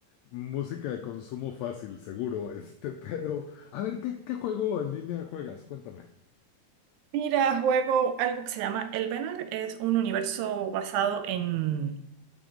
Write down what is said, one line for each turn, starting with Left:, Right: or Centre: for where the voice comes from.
Left: música de consumo fácil, seguro, este, pero, a ver, ¿qué, qué juego en línea juegas? Cuéntame.
Right: Mira, juego algo que se llama Elvenar. Es un universo basado en,